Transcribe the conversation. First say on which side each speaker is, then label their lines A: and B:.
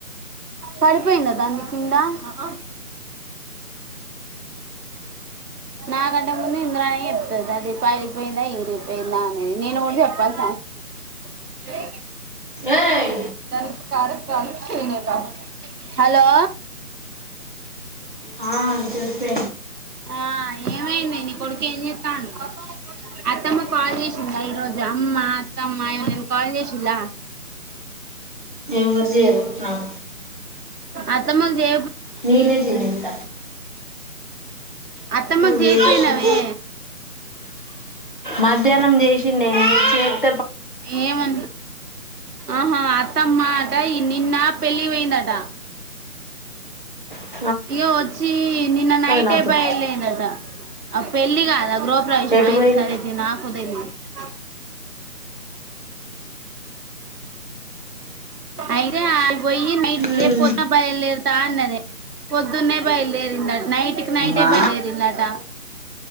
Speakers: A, on the right; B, on the left.
A: పడిపోయింద దాంది కిింద ఆ ఆ నాకంటే ముందు ఇంద్ర నే చెప్తాది అది పగిలిపోయిందా ఇరిగిపోయిందా అనేది నేను కూడా చెప్పాల్సాన అవసరం లే
B: ఏయ్!
A: దానికి కార్యక్రలు రాబ హలో
B: ఆ, చెప్పే
A: ఆ ఏమైంది నీ కొడుకు ఏం చెత్తాండు అత్తమ్మ కాల్ చేసిందా ఈ రోజు అమ్మ అత్తమ్మ ఎవలైన కాల్ చేసిల్లా
B: ఎవరు చెయ్యరు నాకు
A: అత్తమ్మ కు జే
B: నేనే జినింత
A: అత్తమ్మకు చేయపోయినావే
B: చేసిన మధ్యాహ్నం చేసిన్నే చె
A: ఏమ్ అ ఆహా త్తమ్మ ఆట నిన్న పెళ్ళి వెయిందట
B: అఓే
A: ఇగ వచ్చి నిన్న నైటే
B: నాతో
A: బయలుదేరినట అ పెళ్ళి కాద గృహప్రవేశం
B: ఎటు
A: ఐతే
B: పోయి
A: సరే తీ నాకు తెలి ఆ అయితే ఆల్ పోయ్యి నైట్
B: ఉమ్.
A: రేపోద్దున బయల్దేర్ తాన్నద పొద్దున్నే బయల్దేరిందట నైట్ కి నైటే
B: అమ్మా
A: బయలుదేరిందట